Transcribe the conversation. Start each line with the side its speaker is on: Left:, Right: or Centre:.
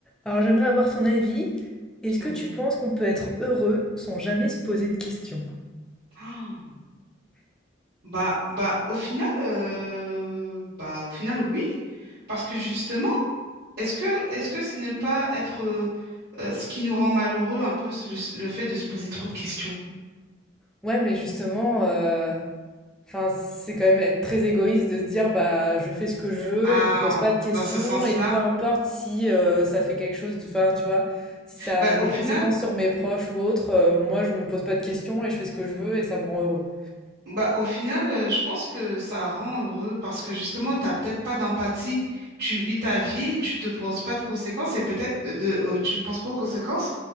Centre: Alors j'aimerais avoir ton avis. Est-ce
Right: Oui.
Centre: que tu penses qu'on peut être heureux sans jamais se poser de questions?
Right: Ah. Bah, bah, au final, euh, bah, au final, oui. Parce que justement, est-ce que, est-ce que ce n'est pas être euh, euh, ce qui nous rend malheureux un peu, c'est le, le fait de se poser trop de questions?
Centre: Ouais, mais justement, euh, enfin, c'est quand même être très égoïste de se dire, bah, je fais ce que je veux
Right: Ah,
Centre: et je me pose pas de questions
Right: dans ce sens-là.
Centre: et peu importe si euh, ça fait quelque chose, de, enfin, tu vois, si ça
Right: Bah,
Centre: a des
Right: au final,
Centre: conséquences sur mes proches ou autres, euh, moi, je me pose pas de questions et je fais ce que je veux et ça me rend heureux.
Right: bah, au final, euh, je pense que ça rend heureux parce que justement, tu n'as peut-être pas d'empathie. Tu vis ta vie, tu te penses pas de conséquences et peut-être de, de- euh, tu penses pas aux conséquences.